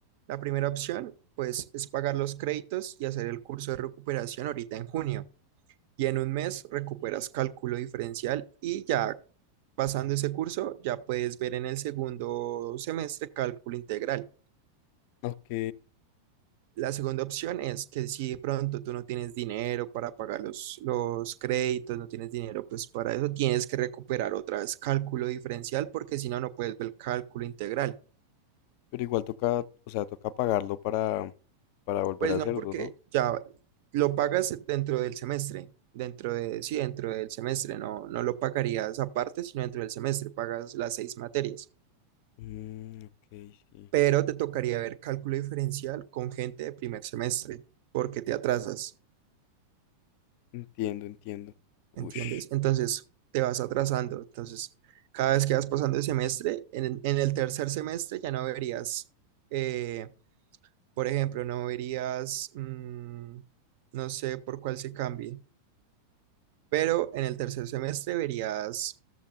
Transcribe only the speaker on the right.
La primera opción, pues, es pagar los créditos y hacer el curso de recuperación ahorita en junio. Y en un mes recuperas cálculo diferencial y ya pasando ese curso, ya puedes ver en el segundo semestre cálculo integral.
La segunda opción es que si de pronto tú no tienes dinero para pagar los, los créditos, no tienes dinero, pues para eso tienes que recuperar otra vez cálculo diferencial porque si no, no puedes ver cálculo integral.
Pues
no,
porque
ya lo pagas dentro del semestre, dentro de, sí, dentro del semestre, no, no lo pagarías aparte, sino dentro del semestre, pagas las seis materias.
Pero te tocaría ver cálculo diferencial con gente de primer semestre porque te atrasas.
¿entiendes?
Entonces te vas atrasando. Entonces, cada vez que vas pasando el semestre, en, en el tercer semestre ya no verías, eh, por ejemplo, no verías, mm, no sé por cuál se cambie, pero en el tercer semestre verías